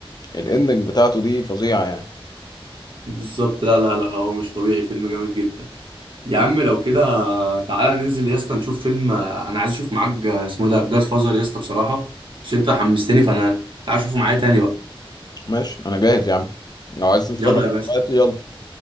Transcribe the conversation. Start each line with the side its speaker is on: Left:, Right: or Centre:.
Left: الاندنج بتاعته دي فظيعه يعني
Right: بالظبط لا لا لا هو مش طبيعي فيلم جامد جدا يا
Left: مم.
Right: عم لو كده تعالى ننزل يا اسطى نشوف فيلم آه، انا عايز اشوف معاك آه، اسمه إيه ده جاد فازر يا اسطى بصراحه عشان انت حمستني فانا تعالى اشوفه معايا تاني بقى
Left: ماشي انا جاهز يا عم لو عايز تتفرج
Right: يلا يا باشا
Left: دلوقتي يلا